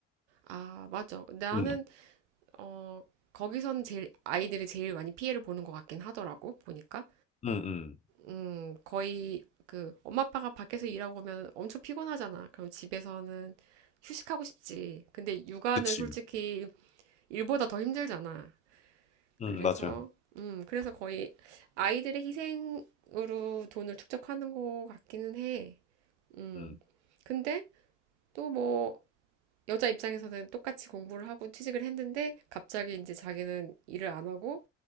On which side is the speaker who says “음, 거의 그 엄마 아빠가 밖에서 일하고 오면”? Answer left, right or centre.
Right